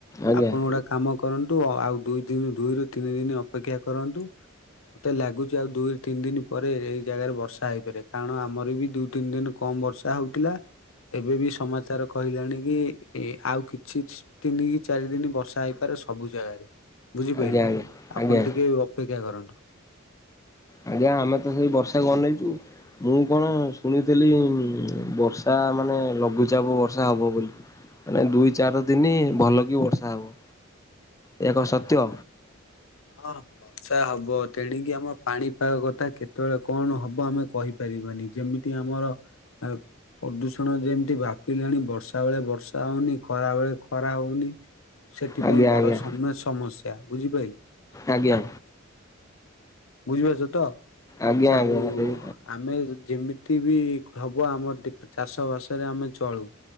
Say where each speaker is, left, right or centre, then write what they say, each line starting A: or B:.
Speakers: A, on the left; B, on the left.
A: ଆଜ୍ଞା
B: ଆପଣ ଗୋଟେ କାମ କରନ୍ତୁ ଆଉ ଦୁଇ ଦିନି ଦୁଇରୁ ତିନି ଦିନି ଅପେକ୍ଷା କରନ୍ତୁ। ମତେ ଲାଗୁଚି ଆଉ ଦୁଇ ତିନି ଦିନି ପରେ ଏଇ ଜାଗାରେ ବର୍ଷା ହେଇପାରେ କାରଣ ଆମରବି ଦୁଇ ତିନି ଦିନ୍ କମ୍ ବର୍ଷା ହଉଥୁଲା ଏବେବି ସମାଚାର କହିଲାଣିକି ଇ ଆଉ କିଛି ତିନିକି ଚାରି ଦିନି ବର୍ଷା ହେଇପାରେ ସବୁ ଜାଗାରେ ବୁଝିପାରିଲେ
A: ଆଜ୍ଞା ଆଜ୍ଞା
B: ଆପଣ
A: ଆଜ୍ଞା
B: ଟିକେ ଅ ଅପେକ୍ଷା କରନ୍ତୁ।
A: ଆଜ୍ଞା ଆମେତ ସେଇ ବର୍ଷାକୁ ଅନେଇଚୁ। ମୁଁ କଣ ଶୁଣିଥିଲି ବର୍ଷା ମାନେ ଲଘୁଚାପ ବର୍ଷା ହବ ବୋଲି। ମାନେ ଦୁଇ ଚାର ଦିନି ଭଲକି ବର୍ଷା ହବ ଏହା କଁ ସତ୍ୟ?
B: ହଁ ବର୍ଷା ହବ ତେଣିକି ଆମ ପାଣିପାଗ କଥା କେତେବେଳେ କଣ ହବ ଆମେ କହି ପାରିବାନି ଯେମିତି ଆମର ଅ ପ୍ରଦୂଷଣ ଯେମିତି ଵାପିଲାଣି ବର୍ଷା ବେଳେ ବର୍ଷା ହଉନି ଖରା ବେଳେ ଖରା ହଉନି ସେଥିପାଇଁ
A: ଆଜ୍ଞା
B: ବଡ଼
A: ଆଜ୍ଞା
B: ସମ୍ୟ ସମସ୍ୟା ବୁଝିପାରଲୁ।
A: ଆଜ୍ଞା।
B: ବୁଝିପାରୁଚତ
A: ଆଜ୍ଞା
B: ଆଉ
A: ଆଜ୍ଞା ସେଇ
B: ଆମେ ଯ ଯେମିତିବି ହବ ଆମ ଟିପ୍ ‌ଚାଷ ବାସରେ ଆମେ ଚଳୁ